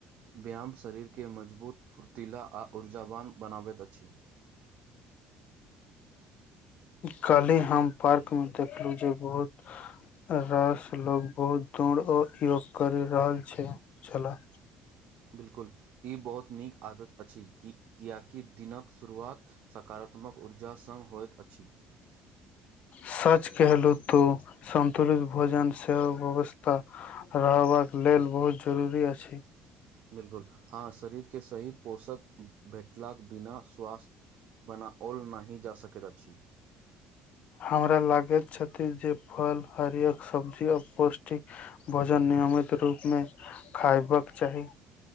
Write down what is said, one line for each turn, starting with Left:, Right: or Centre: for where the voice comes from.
Right: व्यायाम शरीरके मजबूत फुर्तीला आ ऊर्जावान बनाबैत अछि <inaudible>
Left: कलहि हम पार्क मे देखलहुँ जे बहुत रास लोको बहुत दौड़ आ योग करि रहल छै छलाह
Right: बिल्कुल ई बहुत नीक आदत अछि कि किया कि दिनक शुरुआत सकारात्मक ऊर्जासँ होइत अछि
Left: सच कहलहुँ तु संतुलित भोजन सेहो व्यवस्था रहबाक लेल बहुत जरूरी अछि
Right: बिलकुल हँ शरीर के सही पोषक भेटलाक बिना स्वास्थ्य बना ओल नहि जा सकैत अछि
Left: हमरा लागैत छथि जे फल हरियर सब्जी ओर पौष्टिक भोजन नहि नियमित रूपमे खायबाक चाही